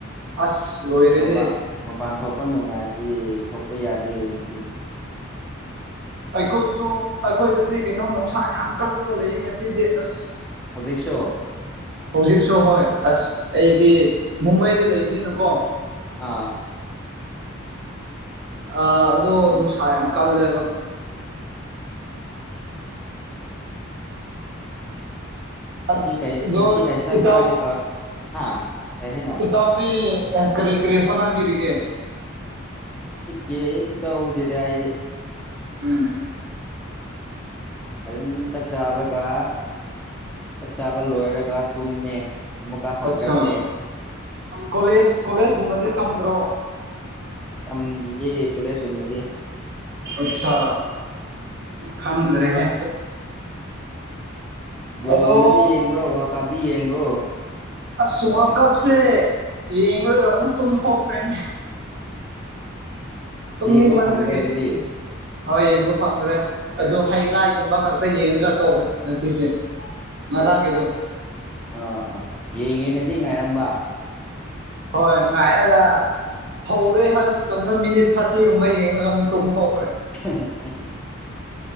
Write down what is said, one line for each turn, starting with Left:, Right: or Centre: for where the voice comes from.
Right: ꯑꯁ ꯂꯣꯏꯔꯦꯍꯦ
Centre: ꯃꯄꯥꯟ ꯃꯄꯥꯟ ꯊꯣꯛꯄ ꯅꯨꯡꯉꯥꯏꯇꯦ ꯊꯣꯛꯄ ꯌꯥꯗꯦꯁꯤ
Right: ꯑꯩꯈꯣꯏꯁꯨ ꯑꯩꯈꯣꯏꯗꯗꯤ ꯀꯩꯅꯣꯝ ꯅꯨꯡꯁꯥ ꯌꯥꯝ ꯀꯜꯂꯒ ꯂꯩꯌꯦ ꯉꯁꯤꯗꯤ ꯑꯁ
Centre: ꯍꯧꯖꯤꯛꯁꯣ
Right: ꯍꯧꯖꯤꯛꯁꯨ ꯍꯣꯏ ꯑꯁ ꯑꯩꯗꯤ ꯃꯨꯝꯕꯩꯗ ꯂꯩꯕꯅꯤꯅꯀꯣ
Centre: ꯑꯥ
Right: ꯑꯥ ꯑꯗꯣ ꯅꯨꯡꯁꯥ ꯌꯥꯝ ꯀꯜꯂꯦꯕ ꯑꯠ
Centre: ꯉꯁꯤ ꯀꯩ
Right: ꯗꯣ
Centre: ꯉꯁꯤ ꯀꯩ ꯏꯟꯁꯥꯡ
Right: ꯏꯇꯥꯎ
Centre: ꯆꯥꯔꯒꯦ ꯑꯥ ꯍꯥ ꯀꯩ ꯍꯥꯏꯅꯣ
Right: ꯏꯠ ꯇꯥꯎꯕꯤ ꯀꯔꯤ ꯀꯔꯤ ꯍꯣꯠꯅꯕꯤꯔꯤꯒꯦ
Centre: ꯑꯩ ꯀ‌ꯦ ꯝ ꯇꯧꯗ‌ꯦꯗ ꯑꯩꯗꯤ
Right: ꯎꯝ
Centre: ꯑꯗꯨꯝ ꯆꯥꯛ ꯆꯥꯕꯔꯒ ꯆꯥꯛ ꯆꯥꯕ ꯂꯣꯏꯔꯒ ꯇꯨꯝꯃꯦ ꯑꯃꯨꯛꯀ ꯍꯧꯒꯠꯂꯦ
Right: ꯑꯠꯆꯥ ꯀꯣꯂꯦꯖ ꯀꯣꯂꯦꯖꯀꯨꯝꯕꯗꯤ ꯇꯝꯗ꯭ꯔꯣ
Centre: ꯇꯝꯗ‌ꯦ ꯌꯦ ꯀꯂꯦꯁꯀꯨꯝꯕꯗꯤ
Right: ꯑꯠꯁꯥ ꯈꯪꯗ꯭ꯔ‌ꯦꯍ‌ꯦ
Centre: ꯕꯣꯜꯒꯨꯝꯕꯗꯤ
Right: ꯑꯗꯣ
Centre: ꯌꯦꯡꯕ꯭ꯔꯣ ꯋꯥꯔꯜ ꯀꯞꯇꯤ ꯌꯦꯡꯕ꯭ꯔꯣ
Right: ꯑꯁ ꯋꯥꯔ ꯀꯞꯁꯦ ꯌꯦꯡꯒ ꯑꯃꯨꯛ ꯇꯨꯝ ꯊꯣꯛꯈ꯭ꯔꯦꯅꯦ ꯇꯨꯝꯅꯤꯡꯃꯟꯕꯒꯤ
Centre: ꯌꯦꯡꯕ ꯐꯪꯗ꯭ꯔꯦ ꯑꯗꯨꯗꯤ
Right: ꯍꯣꯏ ꯌꯦꯡꯕ ꯐꯪꯗ꯭ꯔꯦ ꯑꯗꯨ ꯍꯥꯏꯂꯥꯏꯒꯨꯝꯕ ꯈꯛꯇ ꯌꯦꯡꯉꯒ ꯇꯣꯛꯑꯦ ꯉꯁꯤꯁꯦ ꯉꯔꯥꯡꯒꯤꯗꯣ
Centre: ꯑꯥ ꯑꯥ ꯌꯦꯡꯒꯦꯅꯗꯤ ꯉꯥꯏꯔꯝꯕ
Right: ꯍꯣꯏ ꯉꯥꯏꯔꯒ ꯍꯧꯔꯦ ꯍꯥꯏꯕ ꯃꯇꯝꯗ ꯃꯤꯅꯤꯠ ꯊꯥꯔꯇꯤꯒꯨꯝꯕ ꯌꯦꯡꯉ ꯑꯗꯨꯝ ꯇꯨꯝꯊꯣꯛꯈ꯭ꯔꯦ
Centre: <unintelligible>